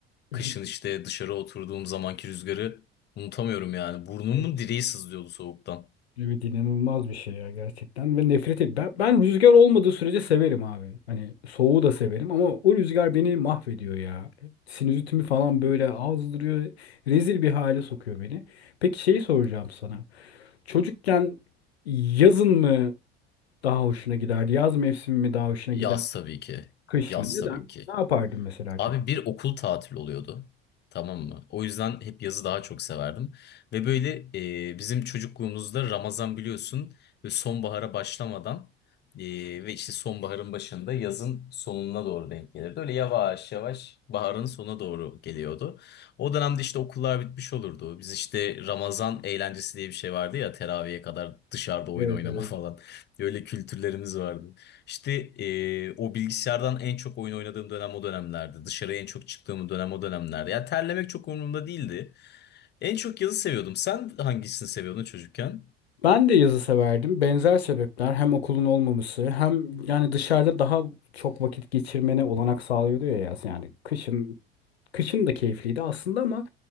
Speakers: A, on the left; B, on the left.
A: <laughs>
B: Kışın işte dışarı oturduğum zamanki rüzgarı unutamıyorum yani. Burnumun
A: Evet,
B: direği
A: evet.
B: sızlıyordu soğuktan.
A: Evet inanılmaz bir şey ya gerçekten ve nefret et. Ben, ben rüzgar olmadığı sürece severim abi. Hani soğuğu da severim ama o rüzgar beni mahvediyor ya. Sinüzitimi falan böyle azdırıyor. Rezil bir hale sokuyor beni. Peki şeyi soracağım sana. Çocukken yazın mı daha hoşuna giderdi? Yaz mevsimi mi daha hoşuna
B: Yaz
A: gider?
B: tabii ki.
A: Kış
B: Yaz
A: mı? Neden?
B: tabii ki.
A: Ne yapardın mesela
B: Abi
A: çocuk?
B: bir okul tatili oluyordu. Tamam mı? O yüzden hep yazı daha çok severdim. Ve böyle e, bizim çocukluğumuzda Ramazan biliyorsun ve sonbahara başlamadan e, ve işte sonbaharın başında yazın sonuna doğru denk gelirdi. Öyle yavaş yavaş baharın sona doğru geliyordu. O dönemde işte okullar bitmiş olurdu. Biz işte Ramazan eğlencesi diye bir şey vardı ya teraviye kadar dışarıda oyun
A: Evet,
B: oynama
A: evet.
B: falan. <laughs> Öyle kültürlerimiz vardı. İşte eee, o bilgisayardan en çok oyun oynadığım dönem o dönemlerdi. dışarıya en çok çıktığım dönem o dönemlerdi. Ya terlemek çok umurumda değildi. En çok yazı seviyordum. Sen hangisini seviyordun çocukken?
A: Ben de yazı severdim. Benzer sebepler hem okulun olmaması hem yani dışarıda daha çok vakit geçirmene olanak sağlıyordu ya yaz. Yani kışın kışın da keyifliydi aslında ama